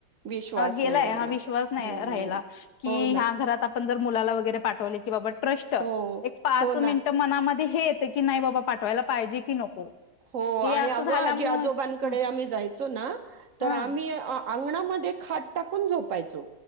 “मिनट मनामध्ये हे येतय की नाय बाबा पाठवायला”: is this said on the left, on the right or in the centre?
Left